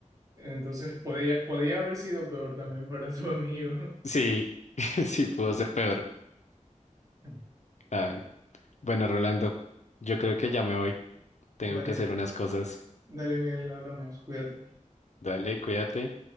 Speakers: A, on the right; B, on the left.
A: Entonces podía, podía haber sido peor también para tu amigo.
B: Sí, <laughs> sí pudo ser peor.
A: <laughs>
B: Ay. Bueno, Rolando, yo creo que ya me voy. Tengo
A: Dale,
B: que hacer unas cosas.
A: dale, Miguel, hablamos, cuídate.
B: Dale, cuídate.